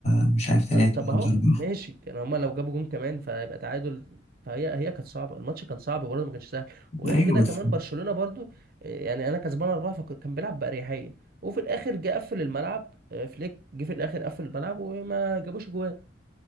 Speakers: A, on the left; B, on the right.
A: مش عارف تلاتة
B: طب
A: خمسة
B: اهو
A: أربعة
B: ماشي كان هما لو جابوا جون كمان فيبقى تعادل فهي هي كانت صعبه الماتش كان صعب برضه ما كانش سهل وغير
A: أيوة
B: كده
A: بس
B: كمان برشلونه برضه آه، يعني انا كسبان اربعه فكان بيلعب باريحيه وفي الاخر جه قفل الملعب آه، فليك جه في الاخر قفل الملعب وما جابوش جوان